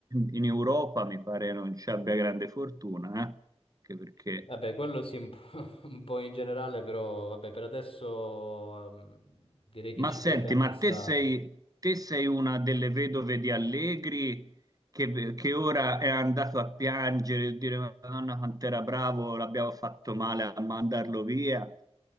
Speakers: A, on the right; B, on the left.
A: in Europa mi pare non ci abbia grande fortuna, eh? Anche perché
B: Vabbè, quello sì, un po', <laughs> un po' in generale, però vabbè, per adesso ehm, direi che
A: Ma
B: ci
A: senti,
B: potrebbe anche
A: ma
B: stare.
A: te sei, te sei una delle vedove di Allegri che, che ora è andato a piangere e dire Madonna quant'era bravo, l'abbiamo fatto male a mandarlo via.